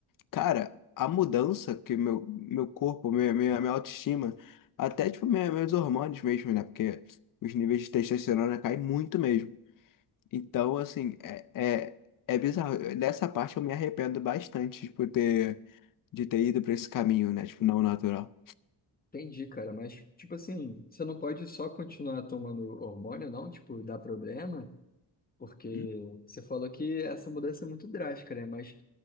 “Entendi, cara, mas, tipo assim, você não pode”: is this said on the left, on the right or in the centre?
Left